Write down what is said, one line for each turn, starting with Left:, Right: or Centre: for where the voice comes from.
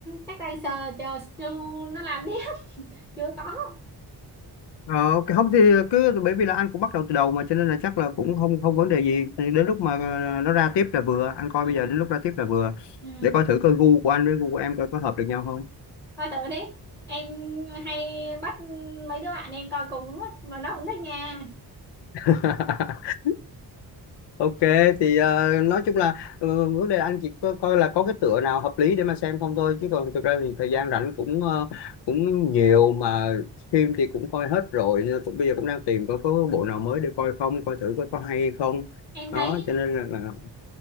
Centre: chắc đang chờ chờ Stu nó làm tiếp <laughs> chưa có
Left: Ờ, cái không thì cứ bởi vì là anh cũng bắt đầu từ đầu mà cho nên là chắc là cũng không không vấn đề gì
Centre: ừ
Left: Thì đến lúc mà ờ, nó ra tiếp là vừa anh coi
Centre: ừ
Left: bây giờ đến lúc ra tiếp là vừa
Centre: ừ.
Left: để coi thử coi gu của anh với gu của em coi có hợp được nhau không
Centre: coi thử đi em hay bắt mấy đứa bạn em coi cùng lắm á mà nó cũng thích nha
Left: <laughs> Ok thì ờ, nói chung là ờ, vấn đề là anh chỉ coi, coi là có cái tựa nào hợp lý để mà xem không thôi chứ còn thực ra thì thời gian rảnh cũng ờ, cũng nhiều mà phim thì cũng coi hết rồi nên cũng bây giờ cũng đang tìm coi có bộ nào mới để coi không coi thử coi có hay không
Centre: em thấy
Left: đó cho nên là